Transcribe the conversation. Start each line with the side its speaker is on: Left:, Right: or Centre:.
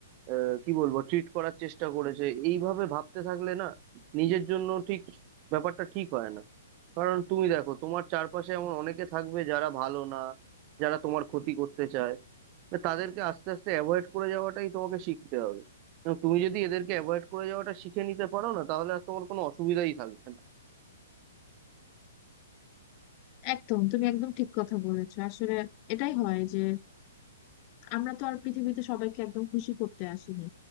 Right: আহ, কি বলবো ট্রিট করার চেষ্টা করেছে এইভাবে ভাবতে থাকলে না নিজের জন্য ঠিক ব্যাপারটা ঠিক হয় না কারণ তুমি দেখো তোমার চারপাশে এমন অনেকে থাকবে যারা ভালো না যারা তোমার ক্ষতি করতে চায় না, তাদেরকে আস্তে আস্তে অ্যাভয়েড করে যাওয়াটাই তোমাকে শিখতে হবে এবং তুমি যদি এদেরকে অ্যাভয়েড করে যাওয়াটা শিখে নিতে পারো না তাহলে আর তোমার কোনো অসুবিধাই থাকবে না
Left: একদম তুমি একদম ঠিক কথা বলেছো আসলে এটাই হয় যে আমরা তো আর পৃথিবীতে সবাইকে একদম খুশি করতে আসিনি